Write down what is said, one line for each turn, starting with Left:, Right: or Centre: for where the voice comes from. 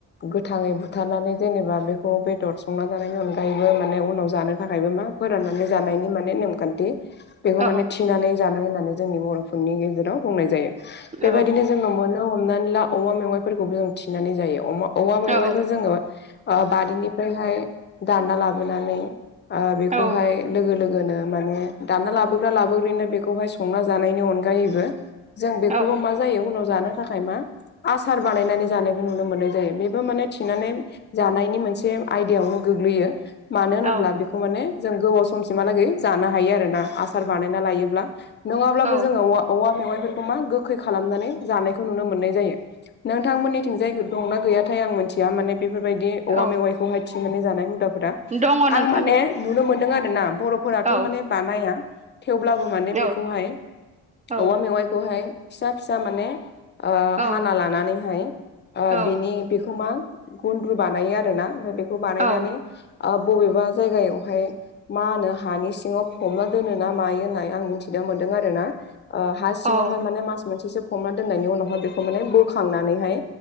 Left: गोथाङै बुथारनानै जेनेबा बे बेखौ बेदर संना जानायनि अनगायैबो माने उनाव जानो थाखायबो मा फोराननानै जानायनि नेमखान्थि बेखौ
Right: औ
Left: माने थिनानै जानाय होननानै जोंनि बर'फोरनि गेजेराव बुंनाय जायो बेबायदिनो
Right: औ
Left: जोङो मोनो हमनानै ला औवा मेवाइफोरखौबो जों थिनानै जायो औवा मेवाइखौ
Right: औ
Left: जोङो ओ बारिनिफ्रायहाय दानना लाबोनानै ओ बेखौहाय।
Right: औ
Left: लोगो लोगोनो माने दाना लाबोग्रा लाबोग्रिनो बेखौहाय संना जानायनि अनगायैबो। जों बेखौबो
Right: औ
Left: मा जायो उनाव जानो थाखाय मा आसार बानायनानै जानाय नुनो मोननाय जायो बेबो मान थिनानै जानायनि मोनसे आयदायावनो गोग्लैयो। मानो होनोब्ला
Right: औ
Left: बेखौ माने जों गोबाव समसिमहालागै जानो हायो आरोना आ सार बानायना लायोब्ला नङाब्लाबो
Right: औ
Left: जोंङो अ औवा मेवाइफोरखौ मा गोखै खालामनानै जानायखौ नुनो मोननाय जायो नोंथांमोननि थि थिंजाय दंना गैयाथाय आं मिथिया माने बेफोरबायदि औवा
Right: औ
Left: मेवाइखौहाय थिनानै जानाय हुदाफोरा। आं
Right: दङ नोंथां
Left: माने नुनो मोनदों आरोना बर'फोराथ'
Right: औ
Left: माने बानाया। थेवब्लाबो माने
Right: औ
Left: बेखौहाय
Right: औ
Left: औवा मेवाइखौहाय फिसा फिसा माने ओ
Right: औ
Left: हाना लानानैहाय ओ
Right: औ
Left: बिनि बेखौ मा गुन्द्रु बानायो आरोना बेखौ बानायनानै
Right: औ
Left: ओ बबेबा जायगायावहाय मा होनो हानि सिंङाव फबना दोनो ना मायो होननाय आं मिथिनो मोन्दों आरो ना ओ हा सिंङावहाय
Right: औ
Left: माने मास मोनसेसो फबना दोननायनि उनावहाय बेखौ माने बोखांनानैहाय